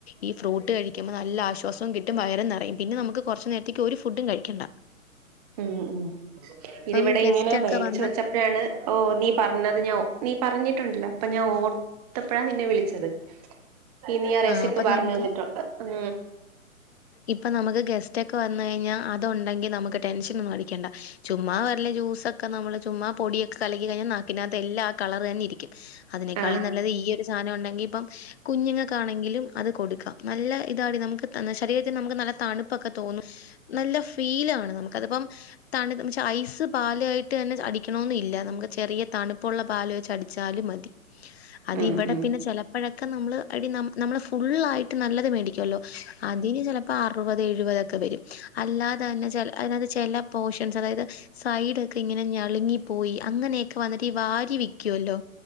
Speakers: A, on the left (about 50°); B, on the right (about 25°).
A: ഈ ഫ്രൂട്ട് കഴിക്കുമ്പോ നല്ലശ്വാസ കിട്ടും വയറും നിറയും പിന്നെ നമുക്ക് കുറച്ച് നേരത്തേക്ക് ഒരു ഫുഡും കഴിക്കണ്ട
B: ഉം ഉം ഇതിവിടെ
A: ഇപ്പം ഗെസ്റ്റ്
B: ഇങ്ങനെ
A: ഒക്കെ
B: മേടിച്ച്
A: വന്ന്
B: വെച്ച എഴാണ് ഓ നീ പറഞ്ഞത് ഞ നീ പറഞ്ഞിട്ടുണ്ടല്ലോ അപ്പൊ ഞാൻ ഓർ ത്തപ്പഴാ നിന്നെ വിളിച്ചത് ഇ നീ ആ റെസിപ്പി
A: അപ്പൊ
B: പറഞ്ഞു
A: നമുക്ക്
B: തന്നിട്ടു ഉ
A: ഇപ്പൊ നമുക്ക് ഗസ്റ്റ ഒക്കെ വന്നു കഴിഞ്ഞാൽ അത് ഉണ്ടെങ്കി നമുക്ക് ടെൻഷൻ ഒന്നും അടിക്കേണ്ട ചുമ്മാ വലെ ജ്യൂസൊക്കെ നമ്മള് ചുമ്മാ പൊടിയക്കെ കലക്കി കഴിഞ്ഞാൽ നാക്കിനകത്തെ എല്ലാ ആ കളർ തന്നെ ഇരിക്കും അതിനേക്കാളും
B: ആഹ്
A: നല്ലത് ഈ ഒരു സാനം ഉണ്ടെങ്കി ഇപ്പം കുഞ്ഞുങ്ങ ക്ക ആണെങ്കിലും അത് കൊടുക്കാം നല്ല ഇതാടി നമുക്ക് ശരീരത്തിന് നമുക്ക് നല്ല തണുപ്പൊക്കെ തോന്നും നല്ല ഫീലാണ് നമുക്കതിപ്പം തണു പക്ഷേ ഐസ് പാല ആയിട്ട് തന്നെ അടിക്കണന്ന ഇല്ല നമുക്ക് ചെറിയ തണുപ്പുള്ള പാല് വെച്ച് അ ചാലും മതി
B: <inaudible>
A: അത് ഇവിടെ
B: ഉം
A: പിന്നെ ചെലപ്പോഴൊക്കെ നമ്മള് അടി നമ്മള് നമ്മൾ ഫൾ ആയിട്ട് നല്ലത് മേടിക്കുവല്ലോ അതിന് ചെ ഇപ്പ അറുപത് എഴുപതൊക്കെ വരും അല്ലാതെ തന്നെ ചെ അയിനകത് ചെല പോർഷൻസ് അതായത് സൈഡ ഒക്കെ ഇങ്ങനെ ഞളുങ്ങിപ്പോയി അങ്ങനെയക്കെ പ്പ വന്നിട്ട് ഈ വാരി വക്കല്ലോ